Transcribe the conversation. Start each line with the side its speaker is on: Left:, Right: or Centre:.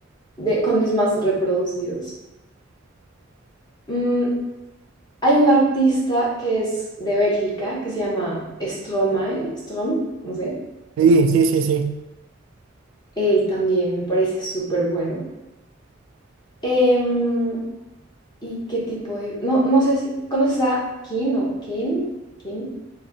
Left: de, con mis más reproducidos. Mm, hay un artista que es de Bélgica, que se llama Stromae, Strom, no sé.
Right: Sí, sí, sí, sí.
Left: Él también me parece súper bueno. Em, ¿y qué tipo de...? No, no sé si... ¿Conoces a Kin o Kin? Kin?